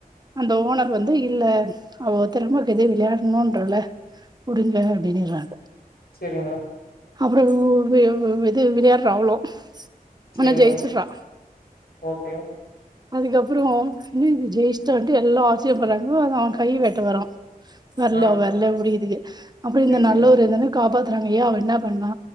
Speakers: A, on the right (about 25°); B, on the left (about 80°).
A: அந்த ஓனர் வந்து இல்ல அவ திரும க எதே விளையாடணுன்றால குடுங்க அப்டின்னுனிறாங்க
B: செரிங்க
A: அப்பறோ உ வி வ் இது விளையாடுறோ அவளோ
B: சேரிங்க.
A: ஆனா ஜெயிச்சுறா
B: ஓகே.
A: அதுக்கப்பறோ என்ன இது ஜெயிச்சுடான்ட்டு எல்லா ஆச்சரிய படுறாங்கோ அத அவன் கை வெட்ட வரா நல்லா
B: ஆ
A: வெரல புடிக்குதுக அப்றோ
B: சேரி
A: இந்த
B: சேரிங்க.
A: நல்ல ஒரு எதுனா காப்பாத்துறாங்க ஏ அவ என்ன பண்ணா